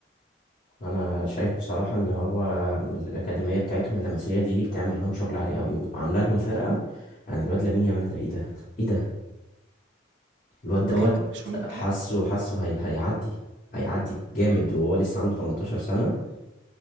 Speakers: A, on the left; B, on the right.
A: انا شايف بصراحة ان هو الاكاديمية بتاعتهم اللمسية دي بتعمل لهم شغل عالي قوي وعاملة لهم فرقة يعني الواد لامين يامال ده ايه ده ايه ده الواد
B: هو
A: دوت
B: جامد مش هقولك
A: حاسه
B: لأ
A: حاسه هي... هيعدي هيعدي جامد وهو لسه عنده 18 سنة